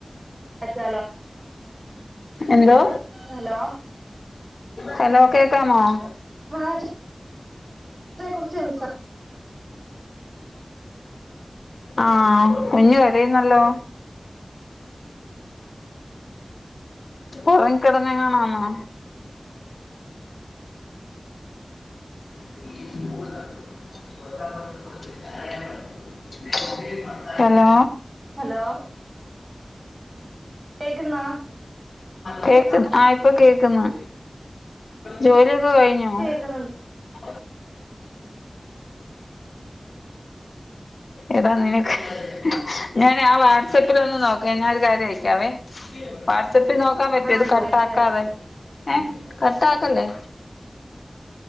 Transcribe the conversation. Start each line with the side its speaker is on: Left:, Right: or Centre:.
Right: അയച്ചി
Left: എന്തോ
Right: ഹലോ
Left: ഹലോ കേക്കാമോ <inaudible>
Right: പാചകത്തെ കുറിച്ച് സംസാ
Left: ആ കുഞ്ഞ് കരയുന്നല്ലോ ഉറങ്ങികിടന്നെങ്ങാനും ആണോ <inaudible> ഹലോ
Right: ഹലോ കേക്ക്ന്ന
Left: കേക്ക ആ ഇപ്പൊ കേക്കുന്ന് ജോലിയൊക്കെ കഴിഞൊ
Right: <unintelligible>
Left: <inaudible> ഏടാ നിനക്ക് ഞാൻ ആ വാട്സപ്പില് ഒന്ന് നോക്ക ഞാൻ ഒരു കാര്യം അയക്കാവേ വാട്സപ്പിൽ നോക്കാൻ പറ്റൊ
Right: ആ
Left: ഇത്
Right: ജോലി
Left: കട്ടക്കാതെ ഏ കട്ടാക്കല്ലേ